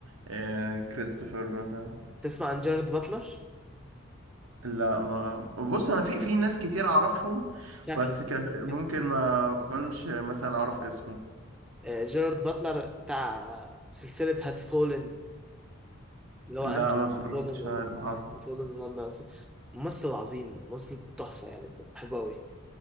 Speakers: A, on the right; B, in the centre.
A: آه، كريستوفر مثلا
B: تسمع عن جيرارد باتلر
A: لا ما بص انا في في ناس كتير اعرفهم
B: شكله
A: بس كان ممكن
B: نسيت
A: ما كنتش مثلا اعرف اسمه
B: آه، جيرارد باتلر بتاع سلسلة هاز فولن اللي هو
A: لا
B: انجي
A: ما اتفرجتش
B: فولن
A: على- ما أعرف.
B: ولندن ممثل عظيم ممثل تحفه يعني بحبه قوي